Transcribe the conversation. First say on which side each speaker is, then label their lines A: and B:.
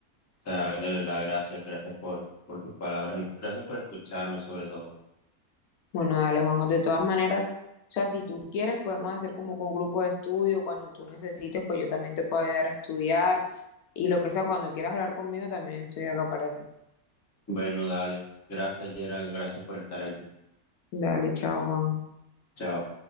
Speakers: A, on the left (about 20°); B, on the left (about 80°).
A: O sea, de verdad, gracias, gracias por, por tus palabras y gracias por escucharme sobre todo.
B: Bueno, dale, Juanjo, de todas maneras, o sea, si tú quieres, podemos hacer como con un grupo de estudio, cuando tú necesites, pues yo también te puedo ayudar a estudiar y lo que sea, cuando quieras hablar conmigo, también estoy acá para ti.
A: Bueno, dale, gracias Gerald, gracias por estar aquí.
B: Dale, chao, Juanjo.
A: Chao.